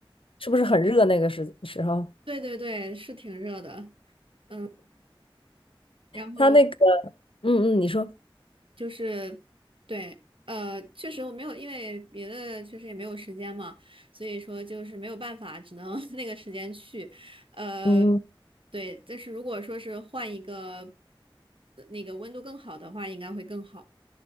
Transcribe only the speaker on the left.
是不是很热那个时时候？
他那个，嗯嗯，你说，
嗯嗯。